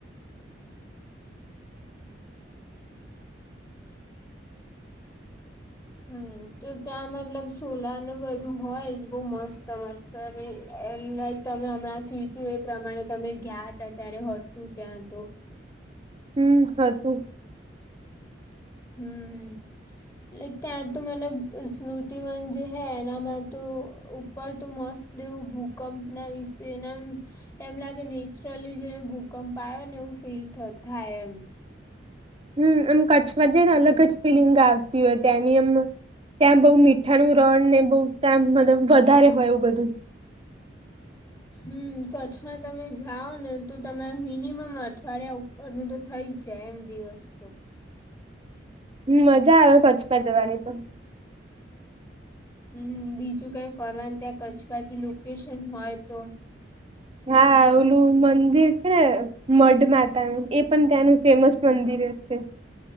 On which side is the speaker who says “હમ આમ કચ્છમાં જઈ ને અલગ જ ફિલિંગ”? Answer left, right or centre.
Right